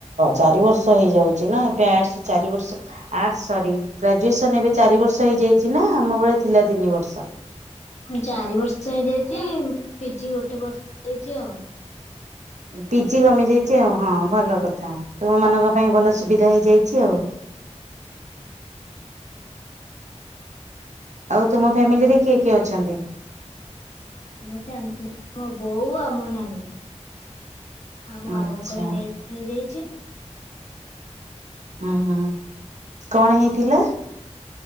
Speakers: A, on the right (about 75°); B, on the left (about 65°).
A: ଚାରି ବର୍ଷ ହେଇଯାଉଚିନା ଅର୍ଟାସ ଚାର ବର୍ଷ ଅର୍ଟସ ସାରି ଗ୍ରାଜୁଏସନ ଏବେ ଚାରି ବର୍ଷ ହେଇଯାଇଚିନା ଆମ ବଳେ ଥିଲା ତିନି ବ
B: ଚାରି ବର୍ଷ ହେଇଯାଇଚି। ପିଜି ଗୋଟେ ବର୍ଷ ହେଇଚି ଆଉ।
A: ପିଜି କମି ଯାଇଛି ଆଉ ହଁ ଭଲ କଥା ତୁମ ମାନଙ୍କ ପାଇଁ ଭଲ ସୁବିଧା ହେଇଯାଇଛି ଆଉ। ଆଉ ତୁମ ଫ୍ୟାମିଲିରେ
B: ଆଉ
A: କିଏ କିଏ ଅଛନ୍ତି?
B: ଆମ ଫ୍ୟାମିଲି ବଉ ଆଉ ମୋ ନାନୀ। ଆଉମୋ ବାବାଙ୍କର
A: ଆଚ୍ଛା
B: ଡେଥ ହେଇଯାଇଚି।
A: ଅଂହ କଣ ହେଇଥିଲା?